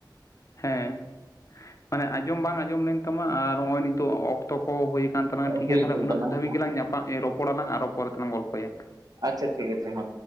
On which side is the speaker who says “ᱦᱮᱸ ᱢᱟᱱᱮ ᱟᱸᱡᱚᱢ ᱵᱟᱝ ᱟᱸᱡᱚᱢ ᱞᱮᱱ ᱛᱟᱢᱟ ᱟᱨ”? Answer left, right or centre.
Left